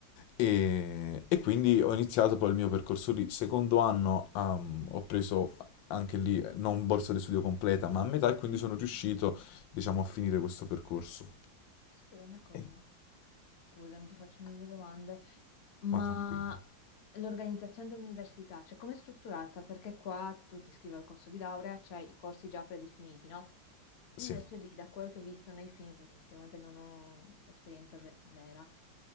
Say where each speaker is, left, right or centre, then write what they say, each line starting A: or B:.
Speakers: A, on the left; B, on the left.
A: E, e quindi ho iniziato poi il mio percorso lì. Secondo anno um, ho preso anche lì non borsa di studio completa, ma a metà e quindi sono riuscito,
B: mhm.
A: diciamo, a finire questo percorso.
B: Ti posso chiedere una cosa?
A: Ehi,
B: Scusami, ti faccio mille domande, ma
A: Ma tranquillo.
B: l'organizzazione dell'università, cioè com'è strutturata? Perché qua tu ti iscrivi al corso di laurea, c'hai i corsi già predefiniti, no? Invece
A: Sì.
B: lì, da quello che ho visto nei film, perché effettivamente non ho esperienza ve- vera,